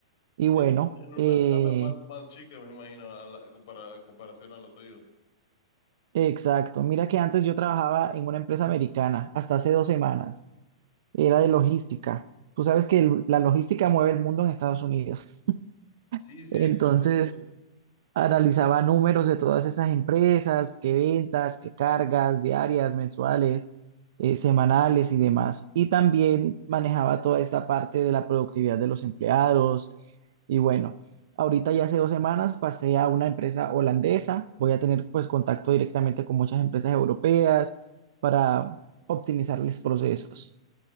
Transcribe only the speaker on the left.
Sí,
en, en una
escala más, más chica, me imagino, a la compara- a comparación a lo tuyo.
Sí, sí,
exactamente.